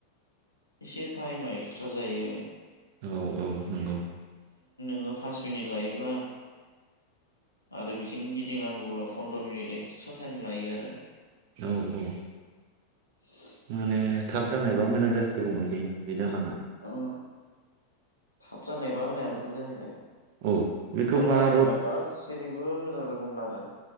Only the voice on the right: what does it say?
औ औ नंगौ
औ औ
माने थाब जानायबा मोजां जासिगौमोनलै बिनो दालाङा
औ बेखौ
मा
रड